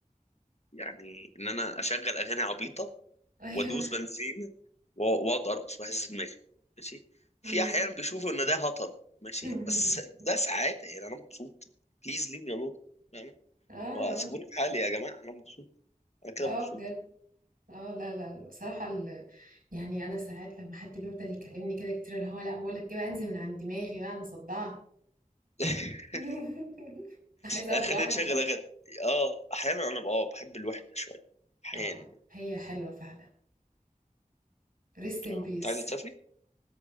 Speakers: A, on the left; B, on the right.
A: يعني ان انا اشغل اغاني عبيطه
B: ايوه
A: وادوس بنزين و- واقعد ارقص واهز دماغي ماشي في
B: امم
A: احيانا بيشوفوا ان ده هطل ماشي
B: <laughs>
A: بس ده سعاده يعني انا مبسوط بليز ليف مي الون فاهم
B: اه
A: وسيبوني في حالي يا جماعه انا مبسوط انا كده
B: اه
A: مبسوط
B: آه، بجد اه لا لا لا، بصراحة ال... يعني انا ساعات لما حد بيفضل يكلمني كده كتير اللي هو لا بقول لك بقى انزل من عند دماغي بقى انا صدعت
A: <laughs>
B: <laughs> عايزة اقعد
A: آه، خلينا
B: لوحدي
A: نشغل اغاني اه احيانا انا بقى بحب الوحده شويه احيانا
B: اه هي حلوة فعلا ريست ان
A: اه
B: بيس
A: انت عايزه تسافري